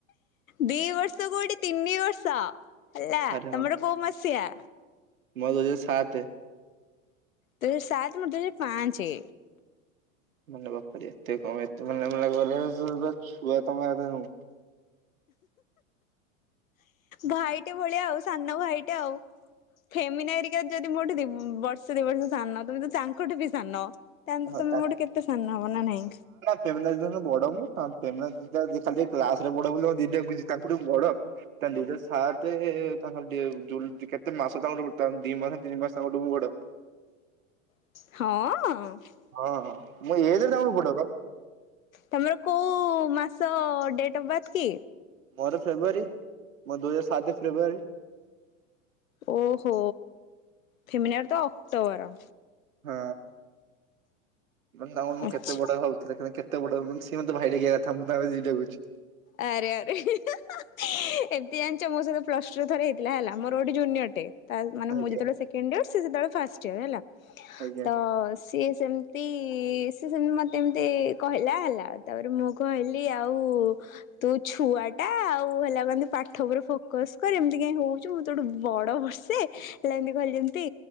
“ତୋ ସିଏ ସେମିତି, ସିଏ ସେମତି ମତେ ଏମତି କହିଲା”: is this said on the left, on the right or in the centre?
Left